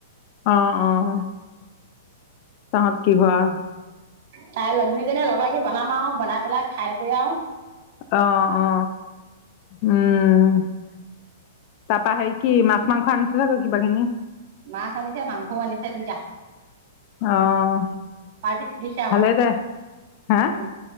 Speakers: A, on the left; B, on the right.
A: অহ অহ তাহত কি হয়।
B: ভাল। দুইজননে লগ লাগি বনাম আৰু বনাই পেলাই খাই কৰি আও।
A: অ অ উম তাৰপা সে কি মা। মাংস থৈছগ কি বা খিনি।
B: মাছ আনিছে মাংস আনিছে দুইটা।
A: অহ।
B: পাৰ্টি দিছে আকৌ,
A: ভালেই দে হা
B: উম,